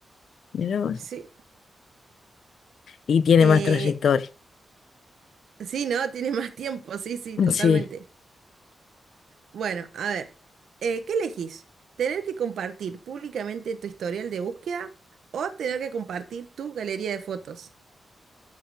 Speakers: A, on the left; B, on the right.
A: mira vos.
B: Sí,
A: Y tiene
B: eh,
A: más trayectoria.
B: sí, ¿no? <laughs> Tiene más tiempo, sí, sí,
A: <laughs>
B: totalmente.
A: Sí.
B: Bueno, a ver, eh, ¿qué elegís? ¿Tener que compartir públicamente tu historial de búsqueda o tener que compartir tu galería de fotos?